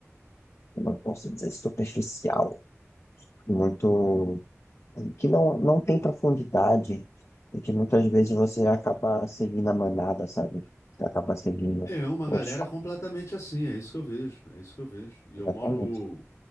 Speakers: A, on the left; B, on the left.
A: como eu posso dizer, superficial, muito, que não, não tem profundidade e que muitas vezes você acaba seguindo a manada, sabe? Você acaba seguindo
B: É uma
A: outros.
B: galera
A: fatores.
B: completamente assim, é isso que eu vejo, é isso que eu vejo. E
A: Exatamente.
B: eu moro